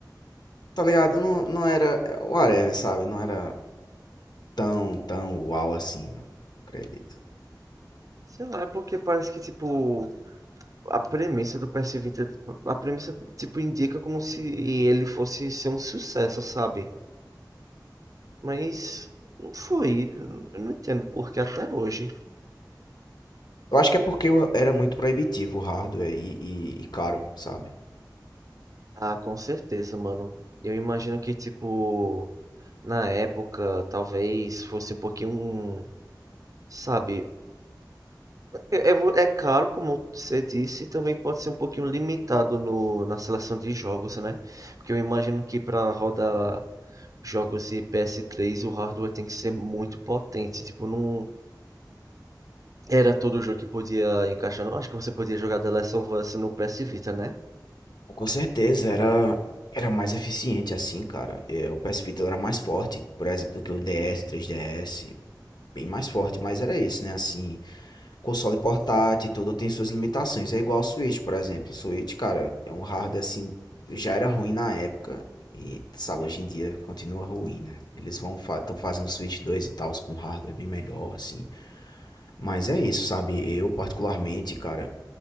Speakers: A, on the left; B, on the right.
A: tá ligado? Não, não era. é, Whatever, sabe? Não era tão, tão uau assim, não. Acredito.
B: Sei lá, é porque parece que, tipo, a premissa do PS Vita, tipo, a premissa, tipo, indica como se ele fosse ser um sucesso, sabe? Mas não foi, eu não entendo porque até hoje.
A: Eu acho que é porque eu- era muito proibitivo o hardware e, e, e caro, sabe?
B: Ah, com certeza, mano. Eu imagino que, tipo, na época, talvez fosse um pouquinho, sabe, É, é vo- é caro, como você disse, e também pode ser um pouquinho limitado no, na seleção de jogos, né? Porque eu imagino que para rodar jogos de PS3 o hardware tem que ser muito potente. Tipo, não era todo jogo que podia encaixar. Não acho que você podia jogar The Last of Us no PS Vita, né?
A: Com certeza, era, era mais eficiente assim, cara. É, o PS Vita era mais forte, por exemplo, do que o DS, 3DS, bem mais forte, mas era esse, né? Assim, console portátil e tudo tem suas limitações. É igual o Switch, por exemplo. O Switch, cara, é um hardware assim, já era ruim na época e, sabe, hoje em dia continua ruim, né? Eles vão estão fazendo Switch 2 e tal, com hardware bem melhor, assim. Mas é isso, sabe? Eu, particularmente, cara.